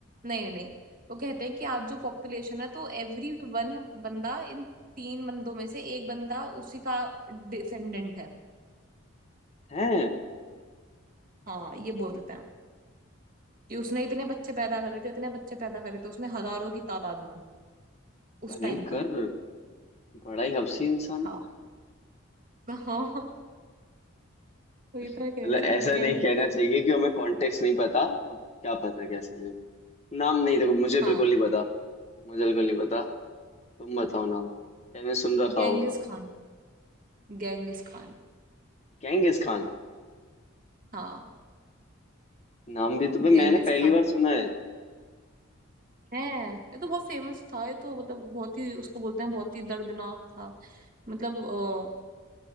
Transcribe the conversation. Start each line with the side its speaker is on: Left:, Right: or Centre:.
Right: नहीं नहीं वो कहते हैं कि आज जो पॉपुलेशन है तो एवरी वन बंदा इन तीन बंदों में से एक बंदा उसी का डिसेंडेंट है
Left: है
Right: हाँ ये बोलते हैं कि उसने इतने बच्चे पैदा करे थे इतने बच्चे पैदा करे थे उसने हजारों की तादाद में उस
Left: भयंकर
Right: टाइम पर
Left: बड़ा ही हफसी इंसान
Right: हाँ
Left: था
Right: हाँ वही तो मैं
Left: मतलब
Right: कह रही
Left: ऐसा
Right: हूँ गैंग
Left: नहीं कहना चाहिए कि हमें कॉन्टेक्स्ट नहीं पता अब क्या पता क्या सीन है नाम नहीं देखो मुझे बिल्कुल
Right: हाँ
Left: नहीं पता मुझे बिल्कुल नहीं पता तुम बताओ नाम मैंने सुन रखा
Right: Ganges
Left: होगा
Right: Khan Ganges Khan
Left: Genghis Khan
Right: हाँ
Left: नाम भी तुम्हें
Right: गेंगिस
Left: मैंने पहली
Right: खान
Left: बार सुना है
Right: है ये तो बहुत फेमस था ये तो मतलब बहुत ही उसको बोलते हैं बहुत ही दर्दनाक था मतलब अ,